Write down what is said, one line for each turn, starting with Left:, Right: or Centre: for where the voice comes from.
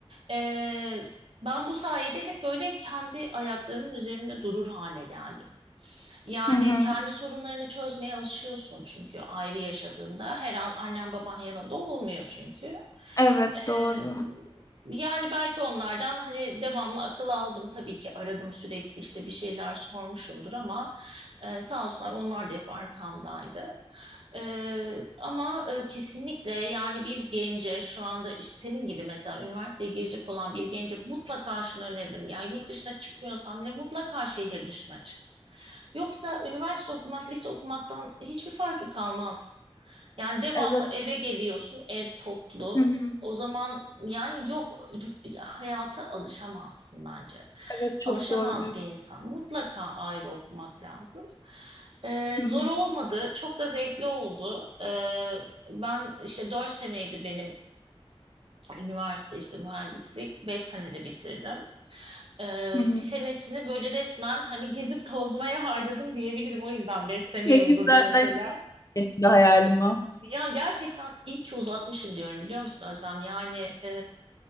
Right: Ee, ben bu sayede hep böyle kendi ayaklarımın üzerinde durur hale geldim. Yani
Left: Hı hı.
Right: kendi sorunlarını çözmeye alışıyorsun çünkü ayrı yaşadığında. Her an annen baban yanında olmuyor çünkü.
Left: Evet
Right: Ee,
Left: doğru.
Right: yani belki onlardan hani devamlı akıl aldım tabii ki aradım sürekli işte bir şeyler sormuşumdur ama e, sağ olsunlar onlar da hep arkamdaydı. Ee, ama e, kesinlikle yani bir gence şu anda işte senin gibi mesela üniversiteye girecek olan bir gence mutlaka şunu öneririm. Yani yurt dışına çıkmıyorsan bile mutlaka şehir dışına çık. Yoksa üniversite okumak, lise okumaktan hiçbir farkı kalmaz. Yani devamlı
Left: Evet.
Right: eve geliyorsun, ev toplu.
Left: Hı hı.
Right: O zaman yani yok hayata alışamazsın bence.
Left: Evet çok
Right: Alışamaz
Left: doğru diyorsun.
Right: bir insan. Mutlaka ayrı okumak lazım. Ee,
Left: Hı hı.
Right: zor olmadı. Çok da zevkli oldu. Ee, ben işte 4 seneydi benim üniversite işte mühendislik. beş senede bitirdim. Ee,
Left: Hı hı.
Right: bir senesini böyle resmen hani gezip tozmaya harcadım diyebilirim. O yüzden 5 seneye
Left: Ne güzel
Right: uzadı mesela.
Left: ben benim de hayalim o.
Right: Ya gerçekten iyi ki uzatmışım diyorum biliyor musun Özlem? Yani e,